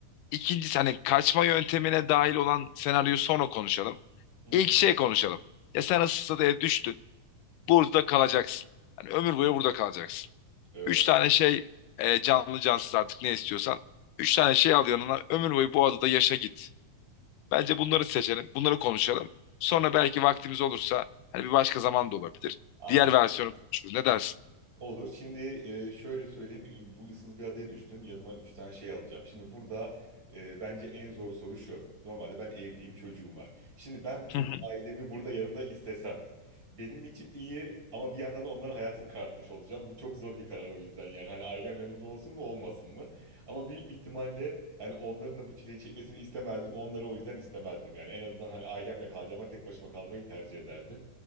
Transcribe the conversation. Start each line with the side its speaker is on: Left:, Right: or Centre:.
Left: İkincisi hani kaçma yöntemine dahil olan senaryoyu sonra konuşalım.
Right: Hı hı.
Left: İlk şey konuşalım. Ya sen ıstadıya düştün. Burada kalacaksın. Hani ömür boyu burada kalacaksın.
Right: Evet.
Left: Üç tane şey e, canlı cansız artık ne istiyorsan. Üç tane şey al yanına ömür boyu bu adada yaşa git. Bence bunları seçelim. Bunları konuşalım. Sonra belki vaktimiz olursa hani bir başka zaman da olabilir.
Right: Aynen
Left: Diğer versiyonu konuşuruz. Ne dersin?
Right: Olur. Şimdi e, şöyle söyleyeyim. e, Bu ıssız bir adaya düştüm. Yanıma üç tane şey alacağım. Şimdi burada e, bence en zor soru şu. Normalde ben evliyim, çocuğum var. Şimdi ben bu çocuk
Left: <laughs>
Right: ailemi burada yanımda istesem. Benim için iyi ama bir yandan da onların hayatını karartmış olacağım. Bu çok zor bir karar o yüzden yani. Hani ailem yanımda olsun mu olmasın mı? Ama büyük bir ihtimalle yani onların da bu çileyi çekmesini istemezdim. Onları o yüzden istemezdim. Yani en azından hani ailemle kalacağıma tek başıma kalmayı tercih ederdim.